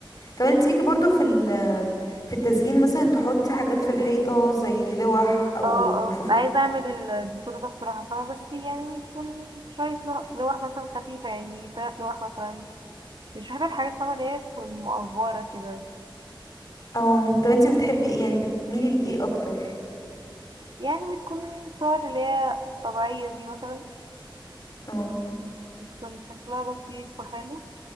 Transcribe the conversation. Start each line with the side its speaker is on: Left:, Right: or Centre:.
Left: كمان انت ليكي برضو في ال- في التزيين مثلا تحطي حاجات في الحيطة زي لوح او
Right: اه
Left: رفوف
Right: اه عايزة اعمل الديكور ده بصراحة فاهمة بس يعني يكون شوية لو- لوح مثلا خفيفة يعني تلات لوح مثلا مش بحب الحاجات فاهمة اللي هي تكون مقفرة كده
Left: اه طب انتي بتحبي ايه يعني بتميلي لايه اكتر
Right: يعني بتكون صور اللي هي طبيعية دي مثلا
Left: اه
Right: بتكون شكلها لطيف وحلو